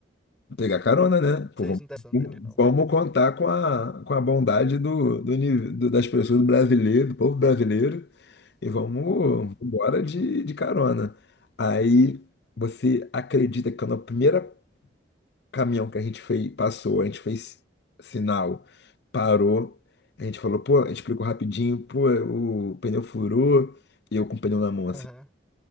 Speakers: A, on the left (about 60°); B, in the centre.
A: Pegar carona, né? Pô,
B: Vocês
A: vamos,
B: não estão dele, não.
A: vamos contar com a, com a bondade do, do ni- do- das pessoas do brasileiro, do povo brasileiro, e vamos embora de, de carona. Aí você acredita que quando o primeiro caminhão que a gente fez, passou, a gente fez sinal, parou, a gente falou, pô, a gente explicou rapidinho, pô, o pneu furou, e eu com o pneu na mão,
B: Aham.
A: assim.